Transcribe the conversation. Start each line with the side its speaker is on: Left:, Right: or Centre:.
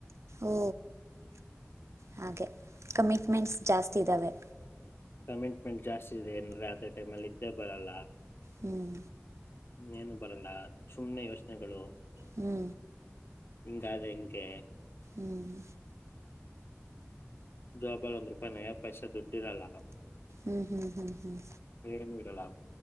Right: ಓ ಹಾಗೆ ಕಮಿಟ್ಮೆಂಟ್ಸ್ ಜಾಸ್ತಿ ಇದ್ದಾವೆ.
Left: ಕಮೆಂಟ್ಮೆಂಟ್ ಜಾಸ್ತಿ ಇದೆ ಇನ್ ರಾತ್ರಿ ಟೈಮ್ ಅಲ್ಲಿ ನಿದ್ದೆ ಬರಲ್ಲ.
Right: ಹ್ಮ್
Left: ಇನ್ನೇನು ಬರಲ್ಲ ಸುಮ್ನೆ ಯೋಚನೆಗಳು.
Right: ಹ್ಞೂ
Left: ಹಿಂಗಾದ್ರೆ ಹೆಂಗೆ.
Right: ಹ್ಮ್
Left: ಜೋಬಲ್ ಒಂದ್ ರೂಪಾಯಿ ನಯ ಪೈಸೆ ದುಡ್ಡಿರಲ್ಲ.
Right: ಹ್ಞೂ ಹ್ಞೂ ಹ್ಞೂ ಹ್ಞೂ
Left: ಏನು ಇರಲ್ಲ.